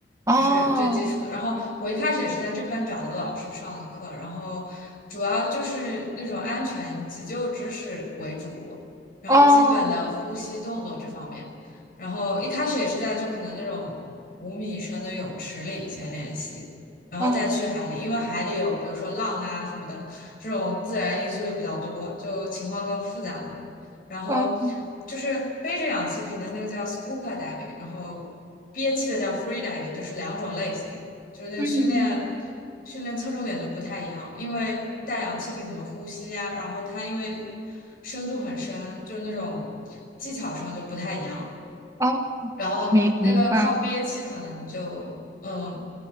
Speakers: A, on the left (about 50°); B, on the right (about 15°).
A: 这是最基础的。
B: 哦
A: 然后我一开始也是在这边找的老师上的课，然后主要就是那种安全急救知识为主，然后基本的呼吸动作这方面，
B: 哦
A: 然后一开始也是在就可能那种五米深的泳池里先练习。然后再去海里，
B: 哦
A: 因为海里有比如说浪啊什么的，这种自然因素就比较多，就情况更复杂嘛。然后就是背着氧气瓶的那个叫
B: 哦，
A: scuba diving，然后憋气的叫 free diving，就是两种类型，就是那个训练
B: 嗯
A: 训练侧重点就不太一样，因为带氧气瓶怎么呼吸呀、然后它因为深度很深，就是那种技巧上就不太一样。
B: 哦，
A: 然后那个靠憋气可能就嗯，
B: 明明白。